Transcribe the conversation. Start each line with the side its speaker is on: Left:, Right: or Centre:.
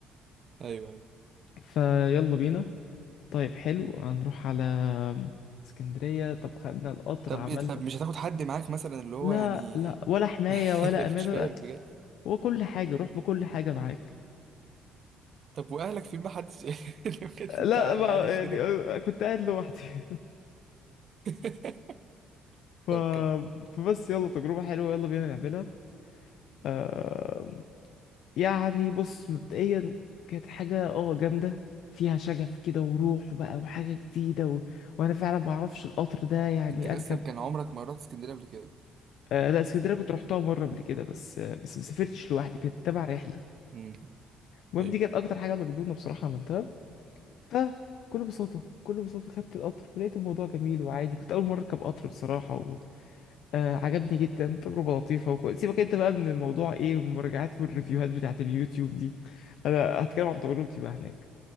Right: ايوه ايوه
Left: فيلا بينا طيب حلو هنروح على اسكندريه طب خدنا القطر
Right: طب
Left: عملنا
Right: ايه طب مش هتاخد حد معاك مثلا اللي هو
Left: لا
Right: يعني
Left: لا
Right: <laughs>
Left: ولا حمايه
Right: يعني
Left: ولا
Right: انا
Left: امانه
Right: مش فاهم
Left: ولا
Right: بجد
Left: هو كل حاجه روح بكل حاجه معاك
Right: طب واهلك في ما حدش <laughs> بجد انت
Left: لا
Right: عايش
Left: بقى يعني
Right: كده خلاص
Left: آه، كنت قاعد لوحدي <laughs>
Right: <laughs>
Left: ف...
Right: طب كم
Left: فبس يلا تجربه حلوه يلا بينا نعملها آه... يعني بص مبدئيا كانت حاجة اه جامدة فيها شغف كده وروح بقى وحاجة جديدة و... وانا فعلا ما اعرفش القطر ده يعني
Right: انت
Left: اركب
Right: اصلا كان عمرك ما رحت اسكندريه قبل كده
Left: آه لا اسكندرية كنت رحتها مرة قبل كده بس آه بس ما سافرتش لوحدي كانت تبع رحلة
Right: امم
Left: المهم
Right: أيوه.
Left: دي كانت اكتر حاجة مجنونة بصراحة عملتها فكل بساطة كل بساطة خدت القطر ولقيت الموضوع جميل وعادي كنت اول مرة اركب قطر بصراحة آه عجبني جدا تجربة لطيفة وكويس سيبك انت بقى من الموضوع ايه المراجعات والريفيوهات بتاعت اليوتيوب دي انا هتكلم عن تجربتي بقى هناك